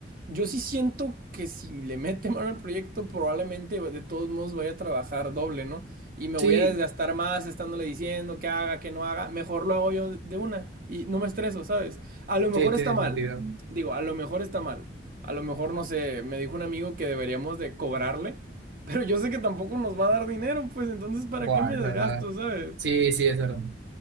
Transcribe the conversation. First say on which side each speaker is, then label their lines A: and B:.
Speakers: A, on the right; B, on the right.
A: yo sí siento que si le mete mano al proyecto, probablemente de todos modos voy a trabajar doble, ¿no? Y me
B: Sí,
A: voy a desgastar más estándole diciendo que haga, que no haga, mejor lo hago yo de una y no me estreso, ¿sabes? A lo mejor
B: sí, tiene
A: está mal,
B: sentido.
A: digo, a lo mejor está mal, a lo mejor, no sé, me dijo un amigo que deberíamos de cobrarle. Pero yo sé que tampoco nos va a dar dinero, pues entonces, ¿para
B: Buah,
A: qué me
B: es
A: desgasto,
B: verdad.
A: sabes?
B: Sí, sí, es verdad.